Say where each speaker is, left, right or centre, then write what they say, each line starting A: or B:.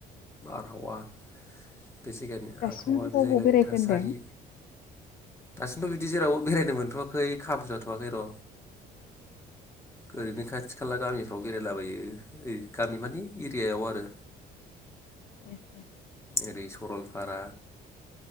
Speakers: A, on the left; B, on the left.
A: <inaudible> बे जायगानि
B: दासिम
A: आबहावा
B: अबाव
A: बे जायगानि
B: अबाव बेरायखो
A: थासारि
B: होनदों?
A: दासिमथ' बिदि जेरावबो बेरायनो मोनथवाखै खाबु जाथ'वाखै र' ओरैनो खाथि खाला गामिफ्राव बेरायलाबायो ओरैनो गामि माने एरियायाव आरो
B: <inaudible>
A: ओरै सरलपारा